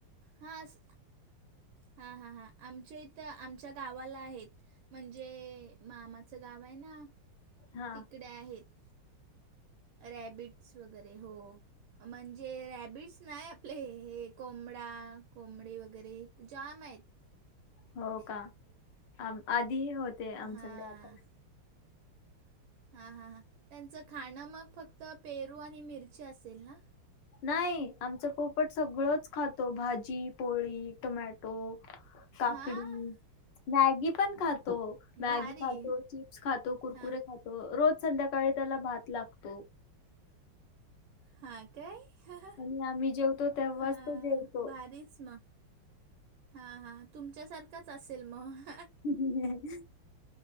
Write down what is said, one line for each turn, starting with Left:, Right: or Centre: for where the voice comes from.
Right: हास हा हा हा आमच्या इथं आमच्या गावाला आहेत म्हणजे मामाचं गाव आहे ना
Left: हा
Right: तिकडे आहेत रॅबिट्स वगैरे हो म्हणजे रॅबिट्स नाही ले हे कोंबडा कोंबडे वगैरे जाम आहेत
Left: हो का आ आधी होते आमच्याकडे
Right: हां
Left: आता
Right: हां हां हां त्यांचं खाणं मग फक्त पेरू आणि मिरची असेल ना
Left: नाही आमचं पोपट सगळंच खातो भाजी पोळी टोमॅटो तोकाकडी
Right: हां
Left: मॅगी पण खात तो मॅगी
Right: भारी
Left: खातो चिप्स खातो कुरकुरे
Right: हां
Left: खातो रोज संध्याकाळी त्याला भात लागतो
Right: हां काय ह ह ह
Left: आणि आम्ही जेवतो तेव्हाच
Right: हा
Left: तो जेवतो.
Right: भारीच म. हा हा तुमच्यासारखाच असेल मग.
Left: हि हा ह ह